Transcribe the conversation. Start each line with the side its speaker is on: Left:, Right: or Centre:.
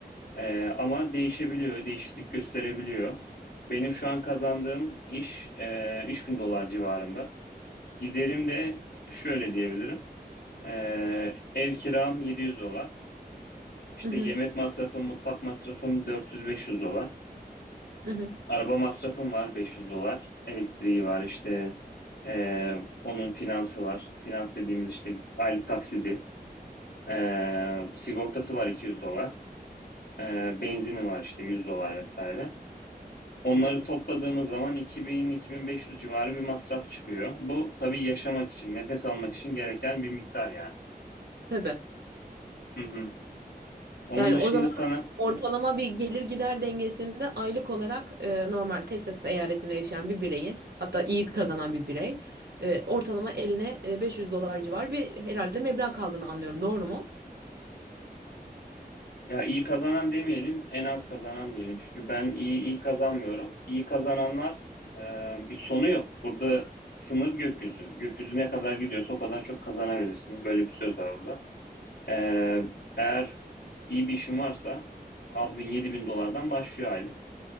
Left: Ee, ama değişebiliyor, değişiklik gösterebiliyor. Benim şu an kazandığım iş e, 3000 dolar civarında. Giderim de şöyle diyebilirim. Ee, ev kiram 700 dolar. İşte
Right: Hı hı,
Left: yemek masrafım, mutfak masrafım 400-500 dolar.
Right: hı hı.
Left: Araba masrafım var 500 dolar. Elektriği var işte e, onun finansı var. Finans dediğimiz işte aylık taksidi. Ee, sigortası var 200 dolar. Ee, benzini var işte 100 dolar vesaire. Onları topladığımız zaman 2000-2500 civarı bir masraf çıkıyor. Bu tabii yaşamak için, nefes almak için gereken bir miktar yani.
Right: Tabii.
Left: Hı hı. Onun
Right: Yani
Left: dışında
Right: o zaman
Left: sana
Right: ortalama bir gelir gider dengesinde aylık olarak e, normal Texas eyaletinde yaşayan bir bireyin hatta iyi kazanan bir birey e, ortalama eline e, 500 dolar civar bir herhalde meblağ kaldığını anlıyorum. Doğru mu?
Left: ya iyi kazanan demeyelim, en az kazanan diyelim. Çünkü ben iyi iyi kazanmıyorum. İyi kazananlar e, bir sonu yok. Burada sınır gökyüzü. Gökyüzü ne kadar gidiyorsa o kadar çok kazanabilirsiniz. Böyle bir söz var burada. Ee, eğer iyi bir işin varsa 6000 bin dolardan başlıyor aylık.